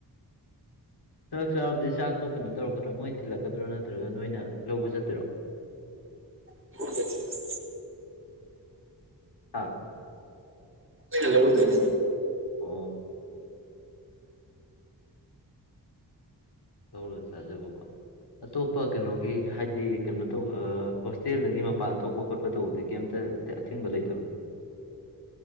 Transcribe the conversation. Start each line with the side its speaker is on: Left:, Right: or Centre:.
Left: ꯆꯥꯛ ꯆꯥꯔꯕꯗꯤ ꯆꯥꯛꯇꯣ ꯀꯩꯅꯣ ꯇꯧꯔꯛꯗ꯭ꯔꯣ ꯃꯣꯏꯅ ꯊꯤꯜꯂꯛꯀꯗ꯭ꯔꯣ ꯅꯠꯇ꯭ꯔꯒ ꯅꯣꯏꯅ ꯂꯧꯕ ꯆꯠꯇꯣꯏꯔꯣ
Right: <inaudible>
Left: ꯑꯥ
Right: ꯑꯣꯏꯅ ꯂꯩ ꯎꯔꯗꯣꯏꯅ
Left: ꯑꯣ ꯇꯧꯔ ꯆꯥꯖꯕꯀꯣ ꯑꯇꯣꯞꯄ ꯀꯩꯅꯣꯒꯤ ꯍꯥꯏꯗꯤ ꯀꯩꯅꯣ ꯇꯧꯕ ꯍꯣꯁꯇꯦꯜꯗꯒꯤ ꯃꯄꯥꯟ ꯊꯣꯛꯄ ꯈꯣꯠꯄ ꯇꯧꯕꯗꯤ ꯀꯩꯝꯇ ꯑ ꯑꯊꯤꯡꯕ ꯂꯩꯇꯕ꯭ꯔꯥ